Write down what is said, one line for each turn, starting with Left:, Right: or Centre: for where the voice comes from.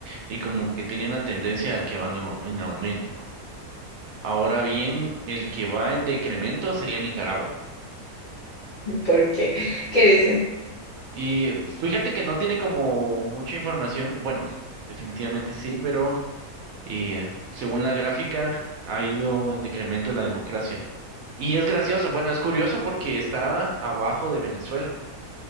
Right: y como que tiene una tendencia que va en, au- en aumento. Ahora bien, el que va en decremento sería Nicaragua.
Left: ¿por qué? ¿Qué dice?
Right: Y fíjate que no tiene como mucha información. Bueno, definitivamente sí, pero eh, según la gráfica ha ido en decremento la democracia. Y es gracioso, bueno, es curioso porque está abajo de Venezuela.